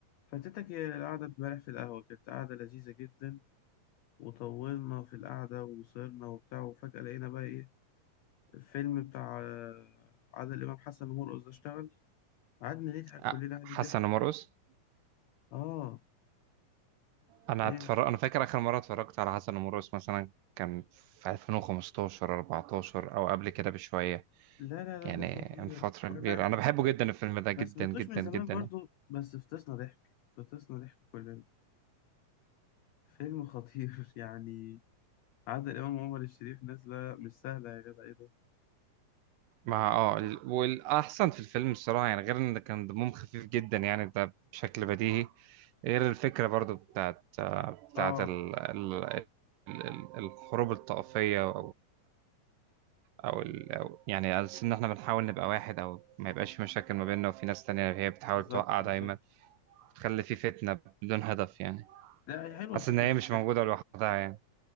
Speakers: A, on the left; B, on the right.
A: فاتتك القعدة امبارح في القهوة كانت قعدة لذيذة جدا وطولنا في القعدة وصرنا وبتاع وفجأة لقينا بقى إيه الفيلم بتاع آه، عادل إمام حسن ومرقص ده اشتغل قعدنا نضحك
B: آه،
A: كلنا عليه
B: حسن
A: ضحك
B: ومرقص
A: آه
B: انا
A: تلاقيه
B: اتفرج
A: مش-
B: انا فاكر اخر مره اتفرجت على حسن ومرقص مثلا كان في 2015 14 او قبل كده بشويه
A: لا لا لا
B: يعني
A: ده خطير
B: من فتره
A: وأنا
B: كبيره انا بحبه جدا الفيلم ده جدا
A: ما سمعتوش
B: جدا
A: من زمان
B: جدا
A: برضو
B: يعني
A: بس فطسنا ضحك فطسنا ضحك كلنا فيلم خطير <laughs> يعني عادل إمام وعمر الشريف نازلة مش سهلة يا جدع إيه ده
B: مع اه ال- والاحسن في الفيلم الصراحه يعني غير ان كان دمهم خفيف جدا يعني ده بشكل بديهي غير الفكره برضو بتاعت آه، بتاعت
A: آه
B: ال... ال... ال- الحروب الطائفيه او ال... أو يعني على أساس ان احنا بنحاول نبقى واحد او ما يبقاش في مشاكل ما بيننا وفي ناس تانية هي بتحاول
A: بالظبط
B: توقع
A: بالظبط
B: دايما تخلي في فتنة بدون هدف يعني
A: لا هي حلوة
B: حاسس
A: فكرة
B: ان هي
A: الفيلم
B: مش موجودة لوحدها يعني